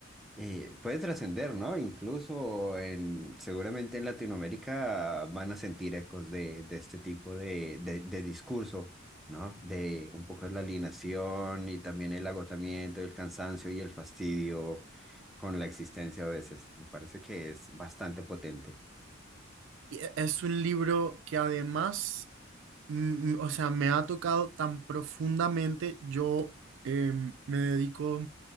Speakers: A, in the centre; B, on the right.
A: eh, puede trascender, ¿no? Incluso en, seguramente en Latinoamérica van a sentir ecos de, de este tipo de, de, de discurso, ¿no? De un poco de la alienación y también el agotamiento, el cansancio y el fastidio con la existencia a veces. Me parece que es bastante potente.
B: Y e- es un libro que además, mm, mm, o sea, me ha tocado tan profundamente. Yo em, me dedico